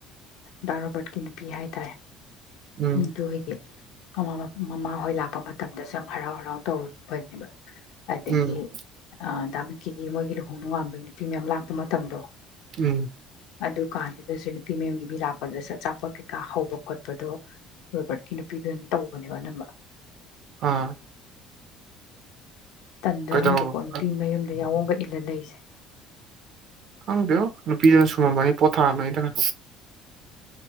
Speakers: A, on the left; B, on the right.
A: ꯗꯥ ꯔꯣꯕꯔꯠꯀꯤ ꯅꯨꯄꯤ ꯍꯥꯏ ꯇꯔꯦ
B: ꯎꯝ
A: ꯎ ꯇ ꯍꯒꯦ ꯀꯃꯃ ꯑꯩꯈꯣꯏ ꯂꯥꯛꯄ ꯃꯇꯝꯗ ꯁꯨꯝ ꯍꯔꯥꯎ ꯍꯔꯥꯎ ꯇꯧꯕꯅꯦꯕ ꯑꯗꯨꯗꯒꯤ
B: ꯎꯝ
A: ꯑ ꯇ ꯀꯒꯃ ꯍꯨꯅ ꯋꯥ ꯅꯨꯄꯤꯤ ꯃꯌꯥꯝ ꯂꯥꯛꯄ ꯃꯇꯝꯗꯣ
B: ꯎꯝ
A: ꯑꯗꯨ ꯀꯥꯟꯗꯨꯗꯁꯨ ꯅꯨꯄꯤ ꯃꯌꯨꯝꯒꯤ ꯃꯤ ꯂꯥꯛꯄꯗ ꯆ ꯑꯆꯥꯄꯣꯠ ꯀꯩꯀꯥ ꯍꯧꯕ ꯈꯣꯠꯄꯗꯣ ꯔꯣꯕꯥꯔꯠꯀꯤ ꯅꯨꯄꯤꯗꯨꯅ ꯇꯧꯕꯅꯦꯕ ꯑꯅꯝꯕ
B: ꯑꯥ
A: ꯇꯟꯗ꯭ꯔꯥꯪꯗꯤꯀꯣ
B: ꯀꯩꯗꯧ
A: ꯅꯨꯄꯤ ꯃꯌꯨꯝꯗ ꯌꯥꯎꯒ ꯏꯜꯂ ꯂꯩꯁꯦ
B: ꯈꯪꯕꯤꯌꯣ ꯅꯨꯄꯤꯗꯨꯅ ꯁꯨꯝꯃꯝꯃꯅꯤ ꯄꯣꯊꯥꯔꯝꯃꯅꯤꯗꯅ